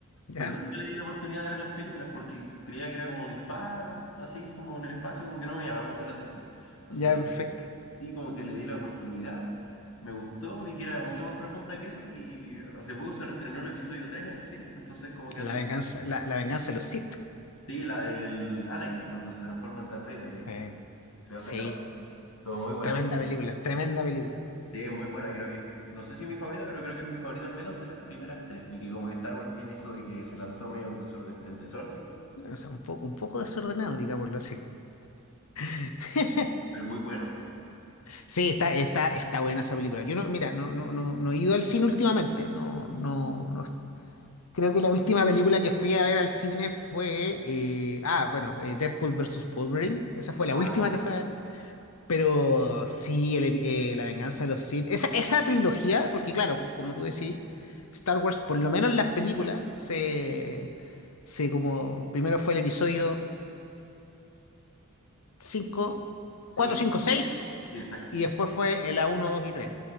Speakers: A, on the left; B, on the left.
A: Ya,
B: pero nunca le di la oportunidad de ver las películas porque creía que era como disparos, así como en el espacio, como que no me llamaba mucho la atención. entonces
A: ya, perfecto.
B: Y como que le di la oportunidad, me gustó, vi que era mucho más profunda que eso y hace poco se reestrenó el episodio 3 en el cine, entonces como que
A: La
B: andó.
A: venganza, la, la venganza de los Sith.
B: Sí, la del Anakin cuando se transforma en Darth Vader, digamos.
A: Eh,
B: Se va
A: Sí,
B: a el la Todo muy buena.
A: tremenda película, tremenda película.
B: Sí, es muy buena, creo que no sé si es mi favorita, pero creo que es mi favorita al menos de las primeras tres. Ni que como que Star Wars tiene eso de que se lanzó medio en desorden, en desorden,
A: O sea, un poco, un poco desordenado, digámoslo así. <laughs>
B: pero muy bueno.
A: Sí, está, está, está buena esa película. Yo no, mira, no, no, no, no he ido al cine últimamente. No, no, no. Creo que la última película que fui a ver al cine fue, eh, ah, bueno, eh, Deadpool versus Wolverine. Esa fue la
B: Ah,
A: última
B: sí.
A: que fui a ver. Pero sí, el- eh, La Venganza de los Sith. Esa, esa trilogía, porque claro, como tú decís, Star Wars, por lo menos en las películas, se, se como, primero fue el episodio 5,
B: Sí,
A: 4, 5, 6,
B: sí, exacto.
A: y después fue el a uno, 2 y 3.